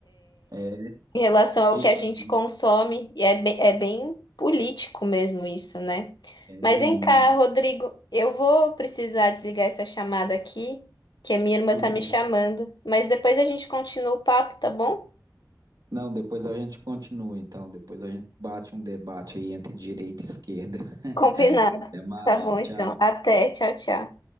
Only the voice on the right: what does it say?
É,
fake
news,
é, e
tudo
bem.
Não, depois a gente continua, então. Depois a gente bate um debate aí entre direita e esquerda. <laughs>
Até mais,
tchau.